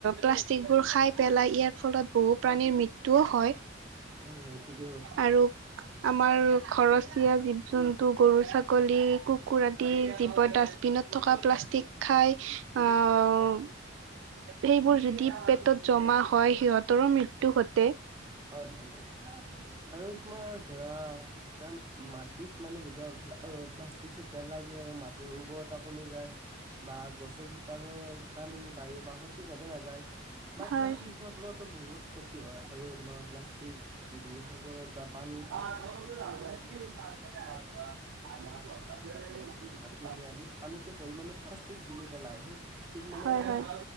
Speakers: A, on the right; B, on the right.
A: প্লাষ্টিক বোৰ খাই পেলাই ইয়াৰ ফলত - বহু প্ৰাণীৰ মৃত্যুও হয়।
B: হয় হয় ঠিকেই কৈছে।
A: আৰু আমাৰ ঘৰচীয়া জীৱ-জন্তু গৰু-ছাগলী কু কুৰ আদি জীৱ ডাষ্টবিনত থকা প্লাষ্টিক খাই অ - এইবোৰ যদি পেটত জমা হয় সিহঁতৰো মৃত্যু ঘটে।
B: হয় হয় আৰু তোমাৰ ধৰা - এ মাটিত মানে যেতিয়া প্লাষ্টিকটো পেলাই দিয়ে আৰু মাটিৰ উৰ্বৰতা কমি যায়। বা গছৰ শিপাৰলৈ পানী বায়ু বা সঠিক ভাৱে নাযায়। বা
A: হয়
B: কৃষিৰ ফলতো বহুত ক্ষতি হয়। পআৰু তোমাৰ প্লাষ্টিক - যদি সাগৰত বা পানীত -
A: <unintelligible>
B: টিমি আদি পানীকে ধৰি মানে প্লাষ্টিক গিলি পেলাই, সেই প্লাষ্টিক মানে
A: হয়
B: -
A: হয়